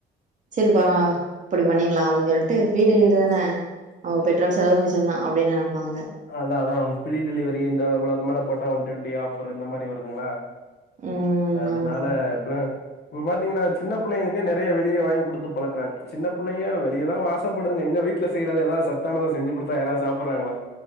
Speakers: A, on the right; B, on the left.
A: செரிபா இப்பிடி பண்ணீர்லா அப்டி சொல் ட்டு ஃப்ரீ டெலிவரி தான நமக்கு பெட்ரோல் செலவு மிச்சொந்தா அப்டின் நனப்பாங்க
B: அதா அதா ஃப்ரீ டெலிவரி இந்த இவ்ளோவக்கு மேல போட்டா வன் ட்வண்ட்டி ஆஃபர் இந்த மாரி வருதுங்ளா
A: ம்
B: அதனால
A: ஆமா
B: இப்பலா இப்ப பாத்தீங்கன்னா சின்ன புள்ளெங்களுக்கே நெறையா வெளியே வாங்கி குடுத்து பழக்கறாங்க சின்ன பிள்ளங்க வெளிய தா ஆசப்படுதுங்க எங்க வீட் ட்ல செய்றத எதா சத்தானதா செஞ்சு குடுத்தா யாராது சாப்பட்றாங்களா